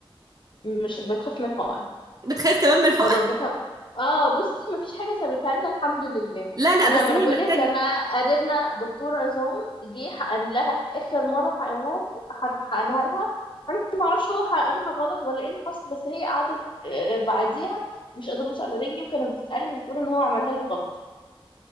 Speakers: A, on the left; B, on the right.
A: مش بتخاف من الحقن
B: بتخاف كمان من الحقن
A: جربتها اه بصي مفيش حاجه سابتها لنا الحمد لله
B: لا لا
A: انا
B: بس
A: ما
B: هي
A: انا بقول
B: محتاج
A: لك انا قريبنا دكتور عظام جه حقن لها اخر مره حقنها حق- حقنها لها انا ما اعرفش هو حقنها غلط ولا ايه اللي حصل بس هي قعدت آه، بعديها مش قادره اوصل على رجلي وكانت بتتألم بتقول ان هو عملها لي غلط